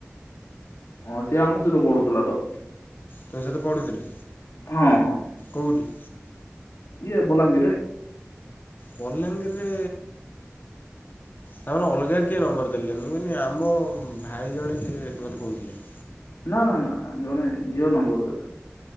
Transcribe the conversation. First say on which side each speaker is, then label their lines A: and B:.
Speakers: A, on the left; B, on the left.
A: ହଁ ସେ ଆମ ସହିତ ପଢୁଥିଲା ତ।
B: ତମ ସହିତ ପଢ଼ୁଥିଲେ।
A: ହଁ ହଁ
B: କୋଉଠି?
A: ଇଏ ବଲାଙ୍ଗୀର ରେ।
B: ବଲାଙ୍ଗୀରି ରେ ତା ମାନେ ଅଲଗା କିଏ ନମ୍ବର ଦେଲେ। ମୁଁ କଇଲି ଆମ ଭାଇ ଜଣେ ସିଏ ମୋତେ କହୁଥିଲେ।
A: ନା ନା ନା ଜଣେ ଝିଅ ନମ୍ବର ଦେଲେ।